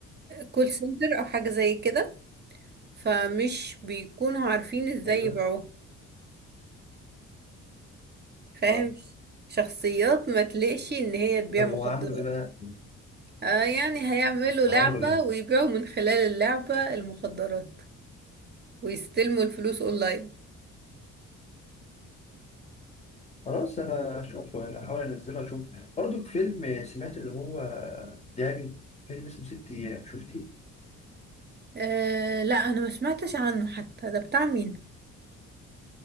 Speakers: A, on the right; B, on the left.
A: كول سنتر أو حاجة زي كده فمش بيكونوا عارفين ازاي
B: أيوه
A: يبيعوها فاهم
B: آه
A: شخصيات ما تلاقش ان هي تبيع
B: طب
A: مخدرات
B: وعملوا إيه بقى؟
A: آه يعني هيعملوا لعبة
B: وعملوا إيه؟
A: ويبيعوا من خلال اللعبة المخدرات ويستلموا الفلوس اونلاين
B: خلاص انا اشوفه يعني احاول انزله اشوف برضو فيلم سمعت اللي هو جامد فيلم اسمه ست ايام شفتيه
A: آه لا انا ما سمعتش عنه حتى ده بتاع مين